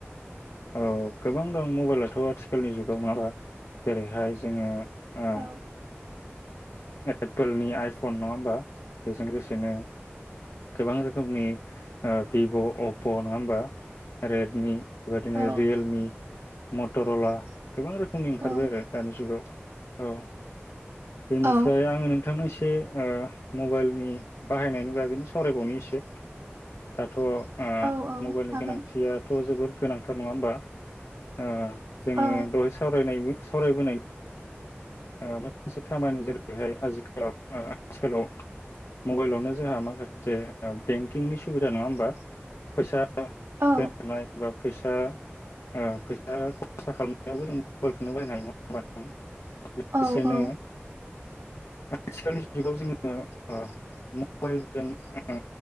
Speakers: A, on the left; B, on the right.
A: औ गोबां दं मबाइलाथ' आथिखालनि जुगाव नङाबा? जेरैहाय जोङो ओ
B: औ
A: एप्पोलनि आइफन नङा होमबा बेजों लोगोसेनो गोबां रोखोमनि ओ भिभ', अप्प' नङा होमबा? रेडमि, बेबायदिनो
B: औ
A: रियेलमि, मटर'ला, गोबां रोखोमनि ओंखारबाय
B: औ
A: आरो दानि जुगाव। औ बेनिफ्राय
B: औ
A: आं नोंथांनो एसे ओ मबाइलनि बाहायनायनि बागैनो सावरायबावनो एसे दाथ' आ
B: औ औ
A: मबाइलनि
B: हागोन
A: गोनांथियाथ' जोबोर गोनांथार नङा होमबा? ओ जोङो
B: औ
A: दहाय सावरायनायनि सावरायबोनाय‌ ओ माखासे खामानि जेरैहाय आजिखालाव आथिखालाव मबाइलावनो जोंहा माखासे बेंकिंनि सुबिदा नङा होमबा? फैसा
B: औ
A: <unintelligible> फैसा ओ फैसा खरसा खालामनायावबो जों मबाइलखौनो बाहायनो हायो नङा होमबा नोंथां? लोगोसेनो
B: औ औ
A: आथिखालनि जुगाव जोङो ओ मबाइलजों ओ